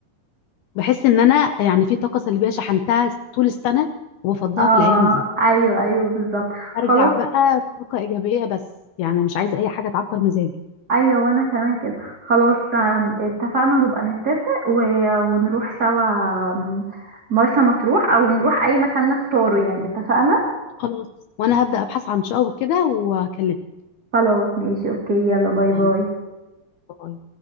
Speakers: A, on the left (about 80°); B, on the right (about 25°).
A: بحس ان انا يعني في طاقه سلبيه شحنتها طول السنه وبفضها
B: اه
A: في الايام دي
B: ايوه ايوه بالظبط
A: ارجع
B: خلاص
A: بقى طاقه ايجابيه بس يعني مش عايزه اي حاجه تعكر مزاجي
B: ايوه وانا كمان كده خلاص آم، اتفقنا نبقى نتفق و... ونروح سوا آم، مرسى مطروح او نروح اي مكان نختاره يعني اتفقنا
A: خلاص وانا هبدا ابحث عن شقق وكده وهكلمك
B: خلاص ماشي اوكي يلا باي باي
A: يعني باي.